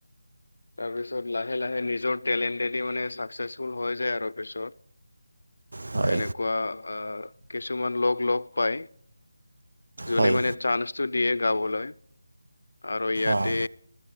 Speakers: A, on the left; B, on the right.
A: তাৰপিছত লাহে লাহে নিজৰ টেলেণ্টেদি মানে ছাকচেছফুল হৈ যায় আৰু পিছত।
B: হয়
A: এনেকুৱা আ কিছুমান লগ লগ পায়। যোনে
B: হয়
A: মানে চান্সটো দিয়ে গাবলৈ। আৰু ইয়াতে
B: অঁ